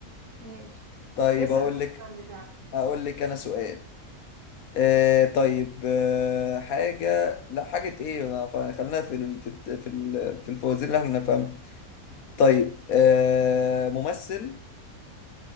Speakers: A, on the right; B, on the left.
A: ماشي
B: طيب
A: اسأل
B: اقول
A: بقى
B: لك
A: السؤال بتاعك
B: اقول لك انا سؤال آه طيب آه حاجه لا حاجه ايه لا، ف- خلينا في ال... في الت- في ال... في الفوازير اللي احنا نفهمها طيب آه ممثل